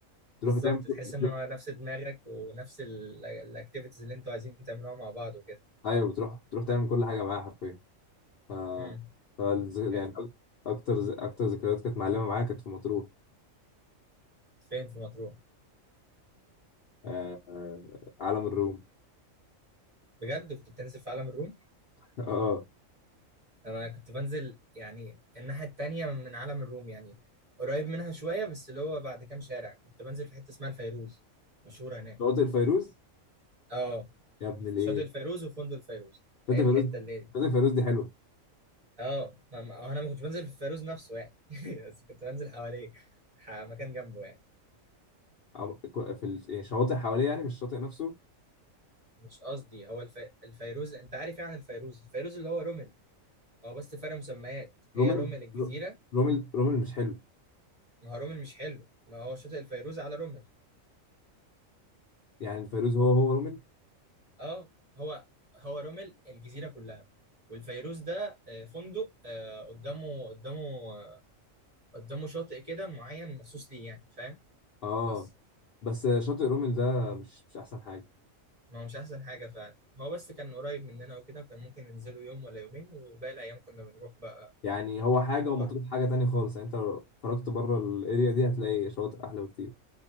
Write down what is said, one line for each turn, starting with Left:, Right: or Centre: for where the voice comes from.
Left: بتروح
Right: بالظبط
Left: تعمل
Right: تحس
Left: بتروح...
Right: ان هو نفس دماغك ونفس الاكتيفيتيز اللي انتوا عايزين تعملوها مع بعض وكده
Left: ايوه بتروح بتروح تعمل كل حاجه معاه حرفيا ف...
Right: امم
Left: ف
Right: حلو
Left: يعني أك- اكتر اكتر ذكريات كانت معلمه معايا كانت في مطروح
Right: فين في مطروح
Left: آه، آه، علم الروم
Right: بجد كنت بتنزل في عالم الروم
Left: <laughs> اه
Right: انا كنت بنزل يعني الناحيه التانيه من عالم الروم يعني قريب منها شويه بس اللي هو بعد كام شارع كنت بنزل في حته اسمها الفيروز مشهوره هناك
Left: شواطئ الفيروز
Right: اه
Left: يا ابن الايه
Right: شاطئ الفيروز وفندق الفيروز
Left: شاطئ
Right: هي الحته
Left: الفيروز
Right: اللي دي
Left: شاطئ الفيروز دي حلوه
Right: اه ما ما- انا ما كنتش بنزل في الفيروز نفسه يعني <laughs> بس كنت بنزل حواليه ح- مكان جنبه يعني
Left: عم- كو- في ال- يعني شواطئ حواليه يعني مش الشاطئ نفسه
Right: مش قصدي هو الف... الفيروز انت عارف يعني الفيروز الفيروز اللي هو رومل هو بس فرق مسميات هي
Left: رومل
Right: رومل الجزيره
Left: رو- رومل رومل مش حلو
Right: ما هو رومل مش حلو ما هو شاطئ الفيروز على رومل
Left: يعني الفيروز هو هو رومل
Right: اه هو هو رومل الجزيره كلها والفيروز ده آه، فندق آه، قدامه قدامه آه، قدامه شاطئ كده معين مخصوص ليه يعني فاهم
Left: اه
Right: بس
Left: بس شاطئ رومل ده مش مش احسن حاجه
Right: ما هو مش احسن حاجه فعلا هو بس كان قريب مننا وكده وكان ممكن ننزله يوم ولا يومين وباقي الايام كنا بنروح بقى
Left: يعني هو حاجه ومطروح
Right: بره
Left: حاجه تانية خالص يعني انت لو خرجت بره الاريا دي هتلاقي شواطئ احلى بكتير